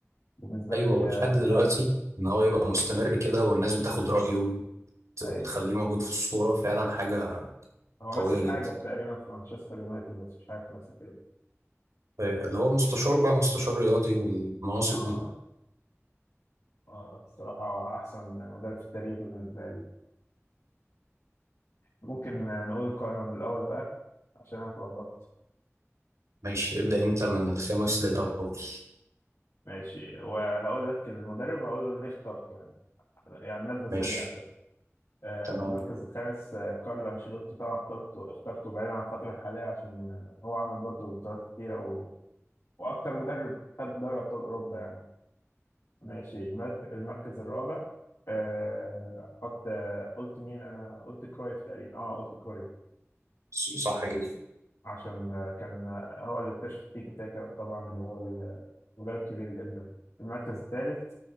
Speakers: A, on the left; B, on the right.
A: بالنسبة
B: أيوه
A: لي
B: ولحد
A: آه،
B: دلوقتي
A: فعلا
B: إن هو يبقى مستمر كده والناس بتاخد رأيه وت- وتخليه
A: أيوه
B: موجود في الصورة فعلا حاجة
A: هو
B: قوية
A: ماسك
B: جدا
A: حاجة تقريبا في مانشستر يونايتد بس مش عارف ماسك إيه
B: اللي هو مستشار بقى مستشار رياضي والمناصب
A: آه
B: دي
A: آه آه، بصراحة هو أحسن مدرب في التاريخ بالنسبة لي ممكن آه، نقول القائمة من الأول بقى عشان أنا اتلخبطت
B: ماشي ابدأ انت من الخامس للأول
A: ماشي وهقول لك المدرب وهقول له ليه اخترته يعني يعني نبذة سريعة
B: ماشي
A: آه،
B: تمام
A: المركز الخامس آه، كارلو أنشيلوتي طبعا اخترته اخترته بعيدا عن الفترة الحالية عشان آه، هو عمل برضه بطولات كتيرة و... وأكتر مدرب خد دوري أبطال أوروبا يعني ماشي المرك... المركز الرابع آه، أحط آه، قلت مين أنا قلت كرويف تقريبا أه قلت كرويف
B: ص- صح كده
A: عشان آه، كان آه، هو اللي اكتشف التيكي تاكا طبعا هو ال- مدرب كبير جدا المركز الثالث